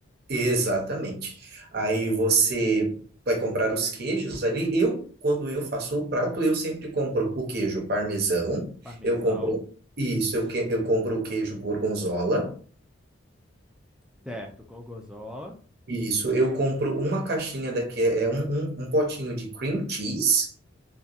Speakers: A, on the right; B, in the centre.
A: Exatamente. Aí você vai comprar os queijos ali. Eu, quando eu faço o prato, eu sempre compro o queijo parmesão,
B: Parmesão,
A: eu compro isso, eu, que, eu compro o queijo gorgonzola,
B: certo, gorgonzola.
A: isso, eu compro uma caixinha daqui, é é um, um, um potinho de cream cheese,